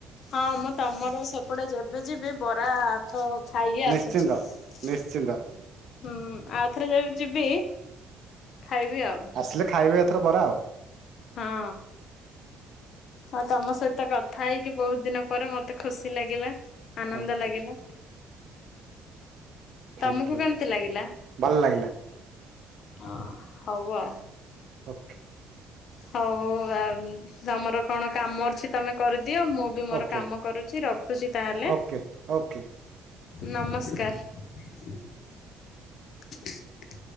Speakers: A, on the left; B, on the right.
A: ହଁ ମୁଁ ତମର ସେପଟେ ଯେବେ ଯିବି ବରା ହାତ ଖାଇକି ଆସୁଚି
B: ନିଶ୍ଚିନ୍ତ
A: ହୁଁ
B: ନିଶ୍ଚିନ୍ତ
A: ଆଉଥରେ ଯ ଯିବି ଖାଇବି ଆଉ
B: ଆସିଲେ ଖାଇବେ ଏଥର ବରା ଆଉ।
A: ହଁ। ଆଉ ତମ ସହିତ କଥା ହେଇକି ବୋହୁତ ଦିନ ପରେ ମତେ ଖୁସି ଲାଗିଲା। ଆନନ୍ଦ
B: ଓକେ
A: ଲାଗିଲା।
B: ଥ୍ୟାଙ୍କୟୁ
A: ତମକୁ କେମିତି ଲାଗିଲା?
B: ଭଲ ଲାଗିଲା
A: ହଁ ହଉ।
B: ଓକେ
A: ହଉ ଆ ତମର କଣ କାମ ଅଛି ତମେ କ ଦିଅ ମୁଁ ବି ମୋର
B: ଓକେ
A: କାମ କରୁଛି ରଖୁଛି ତାହେଲେ।
B: ଓକେ ଓକେ
A: ନମସ୍କାର।